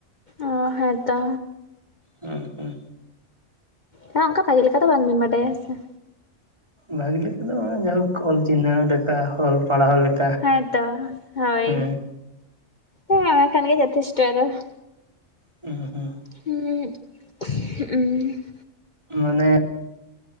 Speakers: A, on the left; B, on the right.
A: ᱚ ᱦᱮᱸᱛᱚ᱾
B: ᱦᱩᱸ ᱦᱩᱸ
A: ᱦᱮᱸ ᱚᱱᱠᱟ ᱵᱷᱟᱜᱮ ᱞᱮᱠᱟ ᱫᱚ ᱵᱟᱝᱵᱤᱱ ᱵᱟᱰᱟᱭᱟ ᱦᱮᱸᱥᱮ᱾
B: ᱵᱷᱟᱹᱜᱤ ᱞᱮᱠᱟ ᱫᱚ ᱵᱟᱝ ᱡᱟᱭᱦᱳᱠ ᱚᱞ ᱪᱤᱱᱦᱟᱹᱣ ᱞᱮᱠᱟ ᱚᱞ ᱯᱟᱲᱦᱟᱣ ᱞᱮᱠᱟ᱾
A: ᱦᱮᱸᱛᱚ ᱦᱳᱭ
B: ᱦᱮᱸ
A: ᱦᱮᱸ ᱚᱱᱟ ᱠᱷᱟᱱ ᱜᱮ ᱡᱚᱛᱷᱮᱥᱴᱚ ᱟᱫᱚ ᱾
B: ᱦᱩᱸ ᱦᱩᱸ᱾
A: <unintelligible>
B: ᱢᱟᱱᱮ